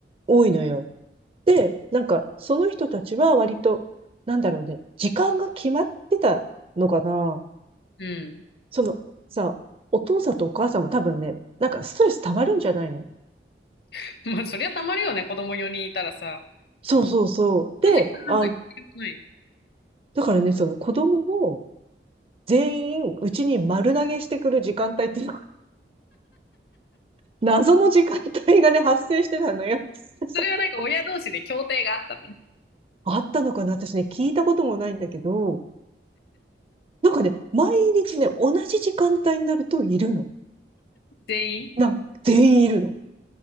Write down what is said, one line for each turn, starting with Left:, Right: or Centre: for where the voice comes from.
Right: 多いのよ。で、なんかその人たちは割と、なんだろうね、時間が決まってたのかな。
Left: うん。
Right: そのさ、お父さんとお母さんも多分ね、なんかストレス溜まるんじゃないの
Left: <laughs> まあ、そりゃたまるよね、子供4人いたらさ。
Right: そうそうそう。で、
Left: そんな時間なんか必要ない。
Right: あ、だからね、その子供を全員うちに丸投げしてくる時間帯っていうのが、<laughs> 謎の時間帯がね、発生してたのよ。<laughs>
Left: それはなんか親同士で協定があったの。
Right: あったのかな私ね、聞いたこともないんだけど、なんかね、毎日ね、同じ時間帯になるといるの。
Left: 全員
Right: なん全員いるの。